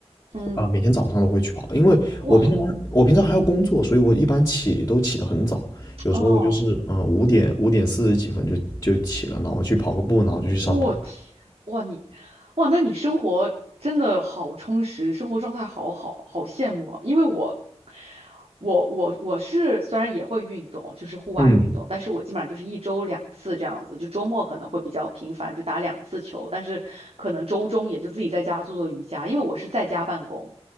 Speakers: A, on the right; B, on the left.
A: 嗯，
B: 啊、每天早上都会去跑，因为我平常我平常还要工作，
A: 哇
B: 所以我一般起都起得很早，有时候就是嗯五点五点四十几分就就起了，
A: 哦。
B: 然后去跑个步，然后就去上班。
A: 我天，哇你，哇那你生活真的好充实，生活状态好好，好羡慕啊！因为我，我我我是虽然也会运动，就是户外运动，
B: 嗯，
A: 但是我基本上就是一周两次这样子，就周末可能会比较频繁，就打两次球，但是可能周中也就自己在家做做瑜伽，因为我是在家办公。